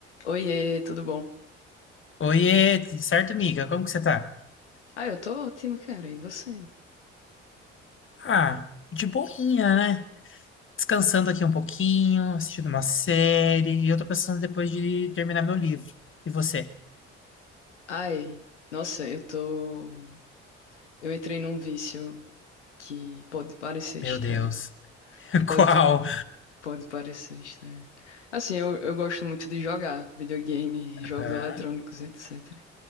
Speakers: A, on the left; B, on the left.
A: Oiê, tudo bom?
B: Oiê, tudo certo, amiga? Como que você tá?
A: Ah, eu tô ótima, cara. E você?
B: Ah, de boinha, né? Descansando aqui um pouquinho, assistindo uma série, e eu tô pensando depois de terminar meu livro. E você?
A: Ai, nossa, eu tô. Eu entrei num vício que pode parecer estranho.
B: Meu Deus. <laughs>
A: Pode,
B: Qual?
A: pode parecer estranho. Assim, eu, eu gosto muito de jogar videogame, jogos
B: Ah,
A: eletrônicos, etc.